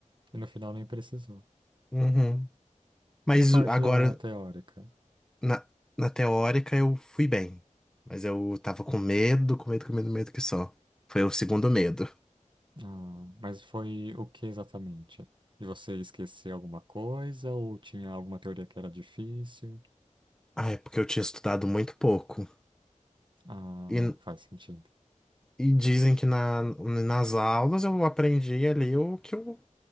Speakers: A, on the right; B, in the centre.
A: E no final nem precisou.
B: Uhum. Mas
A: E a parte
B: agora,
A: da teórica?
B: Na, na teórica eu fui bem, mas eu tava com medo, com medo, com medo, medo que só. Foi o segundo medo.
A: Ah, mas foi o que exatamente? De você esquecer alguma coisa ou tinha alguma teoria que era difícil?
B: Ah, é porque eu tinha estudado muito pouco.
A: Ah,
B: E,
A: faz sentido.
B: e dizem que na, nas aulas eu aprendi ali o que o,